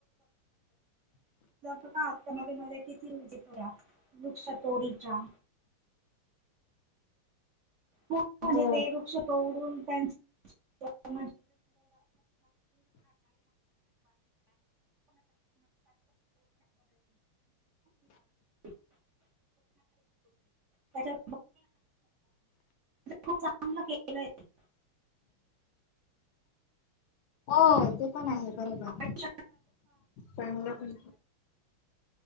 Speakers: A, on the right; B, on the left.
A: का आता म मझ्या किती उऊजितो या. दुख स तोरीचा ू म्हणजे
B: हो
A: ते वृक्ष तोडून त्यांचे <inaudible> <inaudible> त्या खूप चां केलेलं आहे.
B: हो ते पण आहे बरोबर
A: आणि
B: प मुलं पण